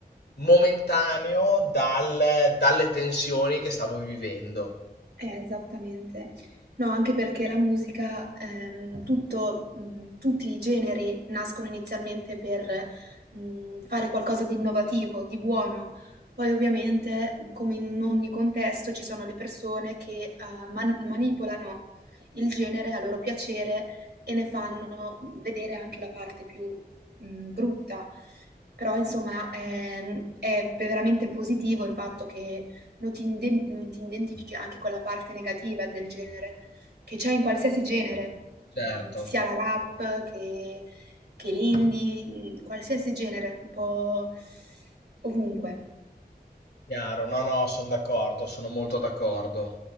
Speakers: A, on the left; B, on the right.
A: momentaneo dal- dalle tensioni che stavo vivendo.
B: Eh, esattamente. No, anche perché la musica, ehm, tutto, mh, tutti i generi nascono inizialmente per mh, fare qualcosa di innovativo, di buono. Poi ovviamente, come in ogni contesto, ci sono le persone che eh, man- manipolano il genere a loro piacere e ne fanno vedere anche la parte più mh, brutta. Però, insomma, ehm, è veramente positivo il fatto che non ti, inde- non ti identifichi anche con la parte negativa del genere, che c'è in qualsiasi genere,
A: Certo,
B: mm, sia la rap che, che l'indie, mm, qualsiasi genere, un po' ovunque.
A: chiaro, no, no, sono d'accordo, sono molto d'accordo.